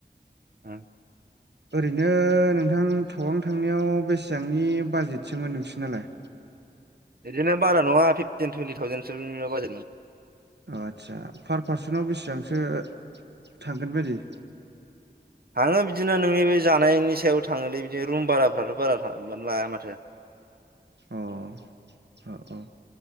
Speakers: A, on the right; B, on the right.
A: आ
B: ओरैनो नोंथां थवां थांनायाव बेसेबांनि बाजेटसोमोन नोंसि नालाय
A: बिदिनो बारा नङा फिफटिन टुइन्टि थाावजेनसोनिल बाजेटमोन
B: अ आचसा पार पार्सनाव बेसेबांसो थांगोन बायदि
A: थाङो बिदिनो नोंनि बे जानायनि सायाव थाङोलै बिदिनो रुम बाराफ्राथ' बारा लाया माथो
B: अ औ औ